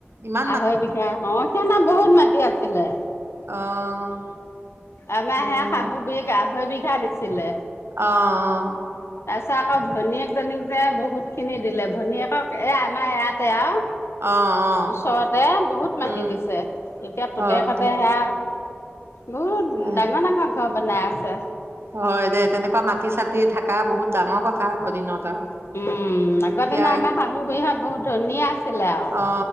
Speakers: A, on the right (about 70°); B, on the left (about 80°).
A: ইমা
B: আঢ়ৈ বিঘা অ <unintelligible> বহুত মাটি আছিলে।
A: অ',
B: আমাৰ
A: অ',
B: সেয়া শাহু
A: দে
B: বি আঢ়ৈ বিঘা। ঠা দিছিলে।
A: অ, অ।
B: তাৰ পা ভনীয়েকজনীক যে বহুতখিনি দিলে। ভনীয়েকক এ, আমাৰ ইয়াতে আৰু।
A: অ, অ।
B: ওচৰতে বহুত মাটি
A: উম,
B: দিছে। এতিয়া পুতেক
A: হওক
B: হ'তে
A: দে
B: সেয়া। বহুত
A: এহ।
B: ডাঙৰ ডাঙৰ ঘৰ। বনাইছে।
A: হয় দে তেনেকুৱা মাটি চাটি থাকা বহুত ডাঙৰ। কথা আগৰ
B: উম,
A: দিনত আৰু
B: আগতে
A: এতিয়া
B: ন, আমাৰ শাহু বুঢ়ীহত বহুত ধনী আছিলে আৰু।
A: অ